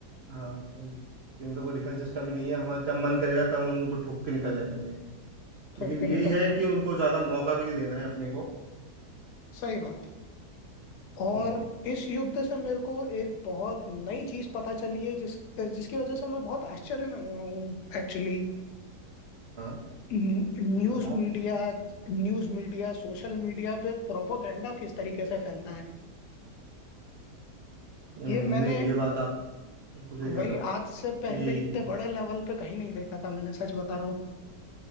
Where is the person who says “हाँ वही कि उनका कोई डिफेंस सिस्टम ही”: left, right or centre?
Right